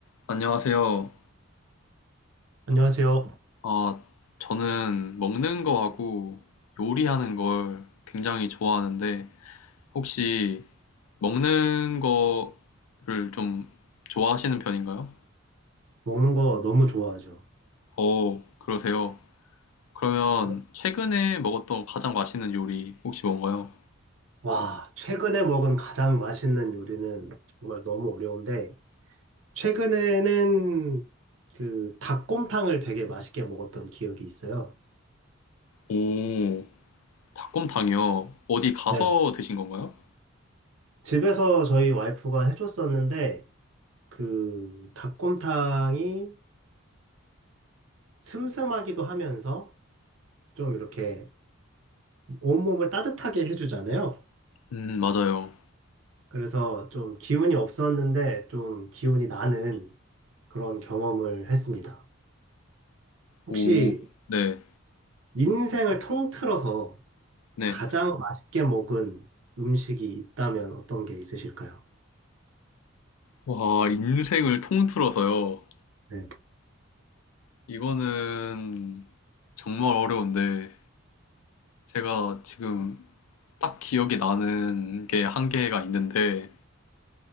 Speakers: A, on the left (about 80°); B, on the right (about 70°).
A: 안녕하세요.
B: 안녕하세요.
A: 아, 저는 먹는 거하고 요리하는 걸 굉장히 좋아하는데, 혹시 먹는 거를 좀 좋아하시는 편인가요?
B: 먹는 거 너무 좋아하죠.
A: 오, 그러세요. 그러면
B: 네.
A: 최근에 먹었던 가장 맛있는 요리 혹시 뭔가요?
B: 와, 최근에 먹은 가장 맛있는 요리는 정말 너무 어려운데, 최근에는 그 닭곰탕을 되게 맛있게 먹었던 기억이 있어요.
A: 오, 닭곰탕이요. 어디 가서
B: 네.
A: 드신 건가요?
B: 집에서 저희 와이프가 해줬었는데, 그 닭곰탕이 슴슴하기도 하면서 좀 이렇게 온몸을 따뜻하게 해주잖아요.
A: 음, 맞아요.
B: 그래서 좀 기운이 없었는데, 좀 기운이 나는 그런 경험을 했습니다. 혹시
A: 오, 네,
B: 인생을 통틀어서
A: 네.
B: 가장 맛있게 먹은 음식이 있다면 어떤 게 있으실까요?
A: 와, 인생을 통틀어서요.
B: 네.
A: 이거는 정말 어려운데, 제가 지금 딱 기억이 나는 게 한 개가 있는데,